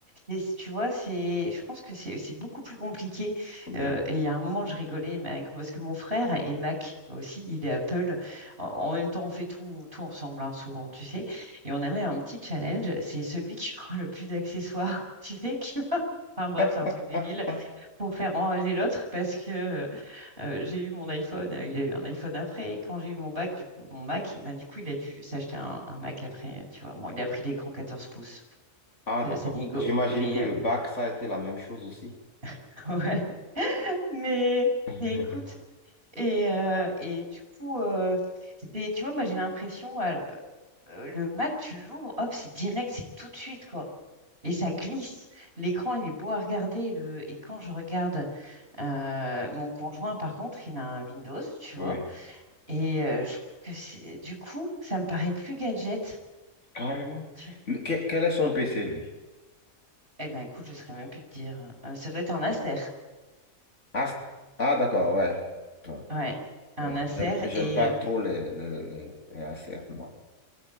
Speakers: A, on the right (about 45°); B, on the left (about 60°).
A: C'est- Tu vois, c'est, je pense que c'est c'est beaucoup plus compliqué.
B: Oui.
A: Euh, et il y a un moment, je rigolais mais avec- parce que mon frère est Mac aussi, il est Apple. En, en même temps, on fait tout, tout ensemble, hein, souvent, tu sais. Et on a même un petit challenge, c'est celui qui <laughs> aura le plus d'accessoires, <laughs> tu sais, qui va- Enfin bref,
B: <laughs>
A: c'est un truc débile pour faire enrager l'autre parce que euh, euh, j'ai eu mon iPhone, euh, il a eu un iPhone après. Quand j'ai eu mon bac, du coup, mon Mac, il- bah, du coup, il a dû s'acheter un, un Mac après, tu vois. Bon, il a pris l'écran 14 pouces,
B: Ah,
A: ça
B: d'accord.
A: ça
B: J'imagine
A: Mais,
B: que le
A: euh,
B: bac, ça a été la même chose aussi.
A: <laughs> ouais. Mais,
B: <laughs>
A: mais écoute, et, euh, et du coup, euh, c'est- tu vois, moi, j'ai l'impression, euh, le Mac, tu l'ouvres, hop, c'est direct, c'est tout de suite, quoi. Et ça glisse. L'écran, il est beau à regarder. Le... Et quand je regarde euh, mon conjoint, par contre, il a un Windows, tu
B: Ouais,
A: vois. Et euh, je trouve que c'est du coup, ça me paraît plus gadget.
B: carrément.
A: Tu-
B: Le- quel, quel est son PC, lui?
A: Eh ben écoute, je saurais même plus te dire. hein. Euh, ça doit être un Acer.
B: Ah, c- ah, d'accord, ouais. Bon,
A: Ouais, un
B: ouais,
A: Acer
B: J'aime j'aime
A: et
B: pas
A: euh,
B: trop les, les, les, les Acer, moi.